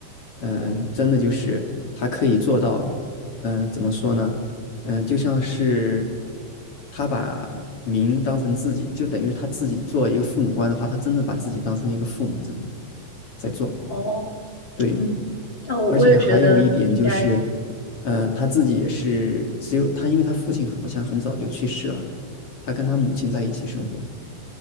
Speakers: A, on the left; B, on the left.
A: 嗯、真的就是他可以做到，嗯、怎么说呢？嗯、就像是他把民当成自己，就等于他自己做一个父母官的话，他真的把自己当成一个父母这种在做，
B: 哦，
A: 对。
B: 嗯，那我我也觉得应该
A: 而且还有一点就是，嗯、他自己也是只有他，因为他父亲好像很早就去世了，他跟他母亲在一起生活。